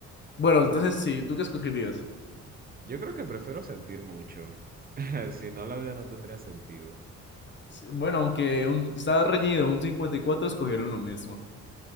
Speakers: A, on the left; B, on the right.
A: Bueno, entonces sí, ¿tú qué escogerías?
B: Yo creo que prefiero sentir mucho. <laughs> Si no, la vida no tendría sentido.
A: Sí, Bueno, aunque un, estaba reñido, un 54 escogieron lo mismo.